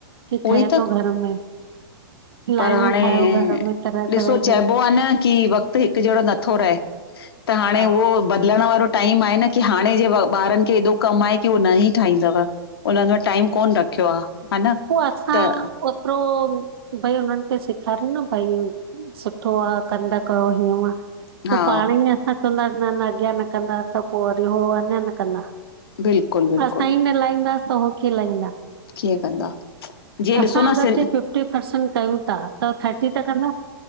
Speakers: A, on the right; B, on the left.
A: कि
B: उहोई
A: ठहे
B: त।
A: थो घर में लाईयूं
B: पर हाणे
A: ठाहियो। घर में तरह
B: ॾिसो
A: तरह जूं
B: चइबो आ न की वक़्त हिक जहिड़ो नथो रहे, त हाणे
A: हा
B: उहो हलण वारो टाइम आहे न की हाणे जे ॿारनि खे एॾो कम आहे की हो न ई ठाहींदव। उन्हन वट टाइम कोन्ह रखियो आ हा न।
A: पो असां
B: त
A: ओतिरो भाई हुननि खे सेखारियो न भाई सुठो आ कंदा कयो हीअं हुअं।
B: हा
A: त पाणे ई असां चवंदास न न अॻियां न कंदा त पो वरी उ अञां न कंदा।
B: बिल्कुलु बिल्कुलु
A: असां ई न लहींदासीं त हो कीय लहींदा।
B: कीअं कंदा? जीअं
A: असां
B: ॾिसो न
A: अॻरि
B: सिं
A: जे फिफ्टी परसेंट कयूं ता, त थर्टी त कंदा।